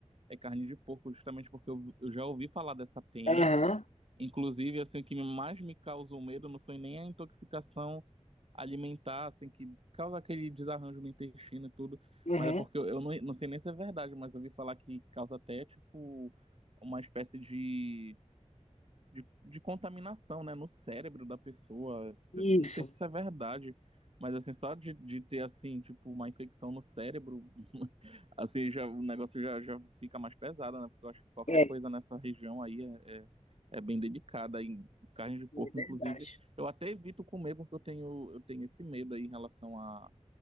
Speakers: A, on the right; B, on the left.
A: é carne de porco, justamente porque eu, eu já ouvi falar dessa tenha.
B: Aham,
A: Inclusive, assim, o que mais me causou medo não foi nem a intoxicação alimentar, assim, que causa aquele desarranjo no intestino e tudo,
B: aham,
A: mas é porque eu, eu não, não sei nem se é verdade, mas eu ouvi falar que causa até, tipo, uma espécie de de, de contaminação, né, no cérebro da pessoa. Se-
B: isso.
A: Não sei se isso é verdade, mas assim, só de, de ter assim, tipo, uma infecção no cérebro, <laughs> assim, já, o negócio já, já fica mais pesado, né? Porque eu acho que qualquer
B: É,
A: coisa
B: é
A: nessa região aí é, é, é bem delicada. Em carne de porco,
B: verdade.
A: inclusive, eu até evito comer porque eu tenho, eu tenho esse medo aí em relação a,